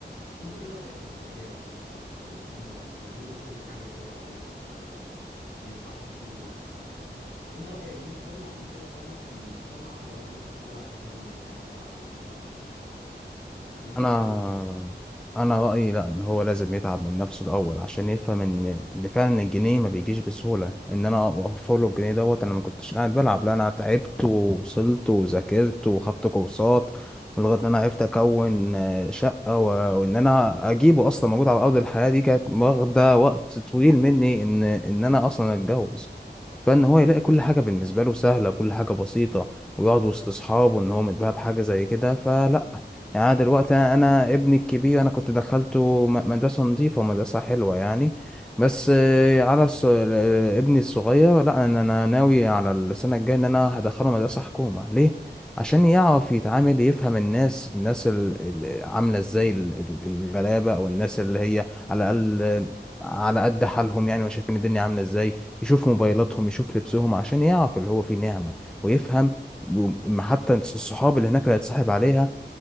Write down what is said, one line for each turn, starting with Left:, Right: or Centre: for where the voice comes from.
Left: انت ايه رايك في التربيه الحديثه وان هما بيجيبوا له كل حاجه هو عايزها وان ما ينفعش تقول له لا انت رأيك دي بتطلع انسان صالح للمجتمع ولا بتطلع انسان متدلع وما بيعرفش يشتغل ومش
Centre: انا
Left: عاوز اصلا يشتغل
Centre: انا رايي لا ان هو لازم يتعب من نفسه الاول عشان يفهم ان ان فعلا الجنيه ما بيجيش بسهوله ان انا اوفر له الجنيه دوت انا ما كنتش قاعد بلعب لا انا تعبت ووصلت وذاكرت وخدت كورسات لغايه ان انا عرفت اكون آه، شقه و... وان انا اجيبه اصلا موجود على ارض الحياه دي كانت واخده وقت طويل مني ان ان انا اصلا اتجوز فان هو يلاقي كل حاجه بالنسبه له سهله كل حاجه بسيطه ويقعد وسط اصحابه ان هو متباهى بحاجه زي كده فلا يعني أنا دلوقتي انا ابني الكبير انا كنت دخلته م- مدرسه نظيفه ومدرسه حلوه يعني بس آه، على الص... ابني الصغير لا انا أنا ناوي على السنه الجايه ان انا هدخله مدرسه حكومه ليه عشان يعرف يتعامل يفهم الناس الناس ال- ال- عامله ازاي ال- ال- الغلابه او الناس اللي هي على الاقل آه، على قد حالهم يعني وشايفين الدنيا عامله ازاي يشوف موبايلاتهم يشوف لبسهم عشان يعرف اللي هو فيه نعمه ويفهم وم- حتى الصحاب اللي هناك اللي هيتصاحب عليها